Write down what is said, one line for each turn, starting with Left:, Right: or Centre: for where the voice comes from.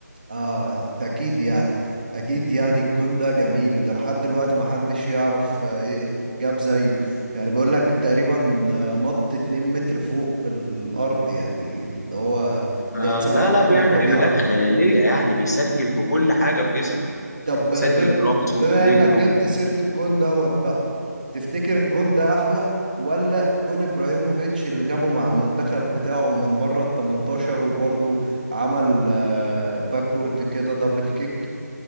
Right: اه اكيد يعني اكيد يعني الجون ده جميل ده لحد دلوقتي ما حدش يعرف آه، ي- جاب زيه يعني بيقول لك تقريبا آه، نط 2 متر فوق الارض يعني اللي هو
Left: آه
Right: ده انسان
Left: لا
Right: خارق
Left: لا بيعمل
Right: للطبيعة
Left: حاجات خياليه يعني بيسجل بكل حاجه في جسمه يعني
Right: طب
Left: سجل
Right: ب-
Left: براسه
Right: بما
Left: برجله
Right: انك جبت سيرة الجون دوت بقى تفتكر الجون ده احلى ولا جون ابراهيموفيتش اللي جابه مع المنتخب بتاعه من بره ال 18 وبرضه عمل باكورد كده دبل كيك